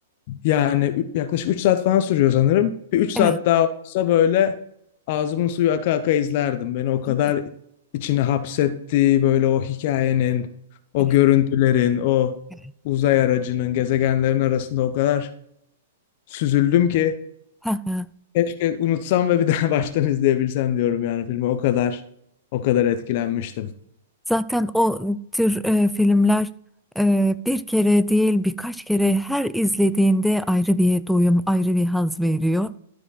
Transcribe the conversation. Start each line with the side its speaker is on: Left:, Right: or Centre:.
Left: yani ü- yaklaşık 3 saat falan sürüyor sanırım. Bir üç saat
Centre: evet,
Left: daha olsa böyle ağzımın suyu aka aka izlerdim. Beni o kadar
Centre: değil mi?
Left: içine hapsetti böyle o hikayenin, o
Centre: Evet,
Left: görüntülerin, o
Centre: evet.
Left: uzay aracının, gezegenlerin arasında o kadar süzüldüm ki
Centre: Ha, ha.
Left: keşke unutsam ve bir daha <laughs> baştan izleyebilsem diyorum yani filmi. O kadar o kadar etkilenmiştim.
Centre: Zaten o tür e, filmler e, bir kere değil birkaç kere her izlediğinde ayrı bir doyum, ayrı bir haz veriyor.